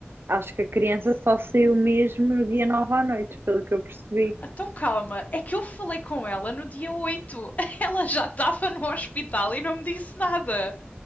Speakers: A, on the right; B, on the left.
A: Acho que a criança só saiu mesmo no dia 9 à noite, pelo que eu percebi.
B: Ah, Então calma, é que eu falei com ela no dia 8. <laughs> Ela já estava no hospital e não me disse nada.